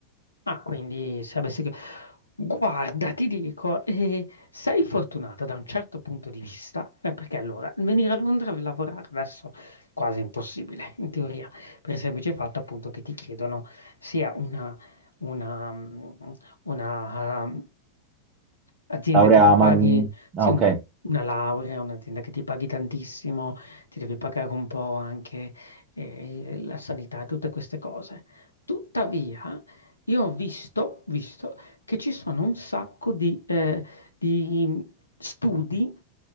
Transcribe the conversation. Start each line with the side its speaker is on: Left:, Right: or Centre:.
Left: Ah, quindi se avessi... che- Guarda, ti dico, eh, sei fortunata da un certo punto di vista, eh, perché allora venire a Londra a lavorare adesso è quasi impossibile, in teoria, per il semplice fatto appunto che ti chiedono sia una, una, mm, una, mm, azienda
Right: Laurea,
Left: che ti paghi,
Right: ma...
Left: sì,
Right: Ah, ok.
Left: un- una laurea, un'azienda che ti paghi tantissimo, ti devi pagare un po' anche eh, la sanità e tutte queste cose. Tuttavia, io ho visto, visto che ci sono un sacco di, eh, di studi,